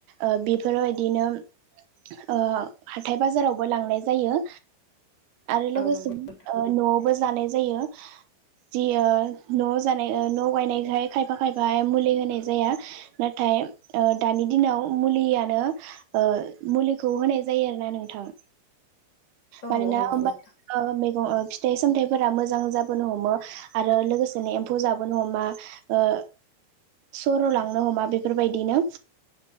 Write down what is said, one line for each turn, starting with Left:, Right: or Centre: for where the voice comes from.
Right: ओ बेफोरबायदिनो ओ हाथाय बाजारावबो लांनाय जायो आरो लोगोसेनो
Left: औ नंगौ नोंथां
Right: ओ न'आवबो जानाय जायो। जि ओ न'आव जानाय ओ न'आव गायनायखाय खायफा खायफाया मुलि होनाय जाया। नाथाय ओ दानि दिनाव मुलियानो ओ मुलिखौ होनाय जायो आरोना नोंथां।
Left: औ
Right: मानोना
Left: औ नंगौ
Right: होमबा
Left: नोंथां
Right: ओ मैगं ओ फिथाइ सामथाइफोरा मोजां जाबोनो हमो। आरो लोगोसेनो एम्फौ जाबोनो हमा ओ सर' लांनो हमा बेफोरबायदिनो